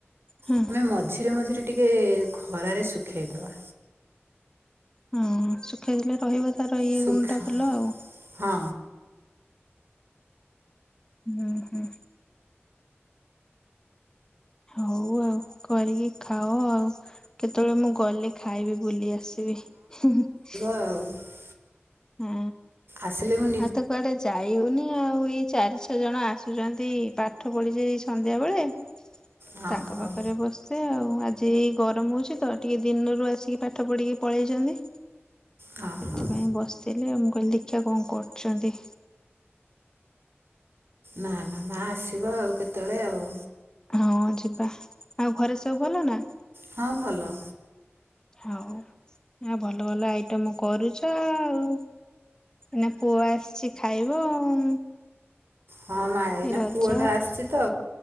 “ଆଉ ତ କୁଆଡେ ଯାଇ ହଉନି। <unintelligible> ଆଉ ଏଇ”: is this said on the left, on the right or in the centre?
Left